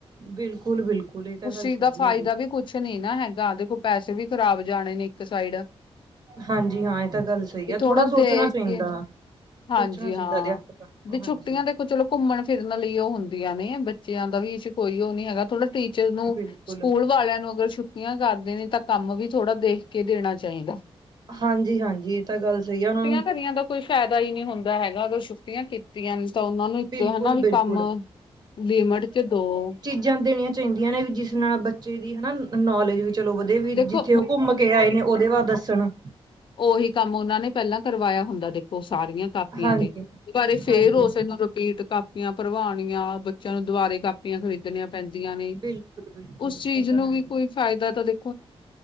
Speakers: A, on the right; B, on the left.
A: ਬਿਲਕੁਲ, ਬਿਲਕੁਲ ਇਹ ਤਾਂ
B: ਉਸ
A: ਗੱਲ
B: ਚੀਜ਼
A: ਸਹੀ
B: ਦਾ ਫਾਇਦਾ
A: ਹੈ ਜੀ।
B: ਵੀ ਕੁਛ ਨ ਨਹੀਂ ਨਾ ਹੈਗਾ, ਦੇਖੋ ਪੈਸੇ ਵੀ ਖ਼ਰਾਬ ਜਾਣੇ ਨੇ ਇੱਕ ਸਾਈਡ,
A: ਹਾਂਜੀ ਹਾਂ ਇਹ ਤਾਂ ਗੱਲ ਸਹੀ
B: ਵੀ
A: ਆ
B: ਥੋੜਾ
A: ਥੋੜ੍ਹਾ ਸੋਚਣਾ
B: ਦੇਖ
A: ਚਾਹੀਦਾ
B: ਕੇ ਹਾਂਜੀ
A: ਸੋਚਣਾ ਚਾਹੀਦਾ
B: ਹਾਂ
A: ਅਧਿਆਪਕਾਂ ਨੂੰ।
B: ਵੀ
A: ਹਾਂਜੀ
B: ਛੁੱਟੀਆਂ ਦੇਖੋ ਚਲੋ ਘੁੰਮਣ ਫਿਰਨ ਲਈ ਉਹ ਹੁੰਦੀਆਂ ਨੇ ਬੱਚਿਆਂ ਦਾ ਵੀ ਇਸ ਕੋਈ ਉਹ ਨੀ ਹੈਗਾ ਥੋੜਾ ਟੀਚਰ ਨੂੰ
A: ਬਿਲਕੁਲ
B: ਸਕੂਲ ਵਾਲਿਆਂ ਨੂੰ ਅਗਰ ਛੁੱ ਛੁੱਟੀਆਂ ਕਾਰਦੇ ਨੇ ਤਾਂ ਕੰਮ ਵੀ ਥੋੜਾ ਦੇਖ ਕੇ ਦੇਣਾ ਚਾਹੀੰਦਾ
A: ਹਾਂਜੀ-ਹਾਂਜੀ, ਇਹ ਤਾਂ ਗੱਲ ਸਹੀ ਆ ਓਨਾਂ ਨੂੰ
B: ਕਰੀਆਂ ਦਾ ਕੋਈ ਫਾਇਦਾ ਈ ਨੀ ਹੁੰਦਾ ਹੈਗਾ, ਅਗਰ ਛੁੱਟੀਆਂ ਕੀਤ ਤੀਆਂ ਨੇ ਤਾਂ ਉਹਨਾ ਨੂੰ ਇੱਕ
A: ਬਿਲਕੁਲ
B: ਹਨਾ ਵੀ
A: ਬਿਲਕੁਲ
B: ਕੰਮ ਲਿਮਿਟ ਚ ਦੋ।
A: ਜਾਂ ਦੇਣੀਆਂ ਚਾਈਦੀਆਂ ਨੇ, ਵੀ ਜਿਸ ਨਾਲ ਬੱਚੇ ਦੀ ਹਨਾ ਨੌਲੇਜ ਵਿੱਚ ਚਲੋ ਵਧੇ ਵੀ
B: ਦੇਖੋ
A: ਜਿੱਥੇ ਉਹ ਘੁੰਮ ਕੇ ਆਏ ਨੇ, ਉਹਦੇ ਵਾਦ ਦੱਸਣ।
B: ਓਹੀ ਕੰਮ ਓਨਾਂ ਨੇ ਪਹਿਲਾਂ ਕਰਵਾਇਆ ਹੁੰਦਾ ਦੇਖ ਓ ਸਾਰੀਆਂ ਕਾਪੀਆਂ
A: ਹਾਂਜੀ
B: ਦੇ ਬਾਰੇ ਫੇਰ
A: ਹਾਂਜੀ
B: ਉਸੇਨੂੰ
A: ਹਾਂਜੀ
B: ਕਾਪੀਆਂ ਭਰਵਾਣੀਆਂ, ਬੱਚੇਆਂ ਨੂੰ ਦੁਬਾਰੇ ਕਾਪੀਆਂ ਖਰੀਦਨੀਆਂ ਪੈਂਦੀਆਂ ਨੇ,
A: ਬਿਲਕੁਲ-ਬਿਲਕੁਲ
B: ਉਸ ਚੀਜ਼
A: ਇਹ ਤਾਂ
B: ਨੂੰ
A: ਹੈਗਾ।
B: ਵੀ ਕੋਈ ਫਾਏਦਾ ਤਾਂ ਦ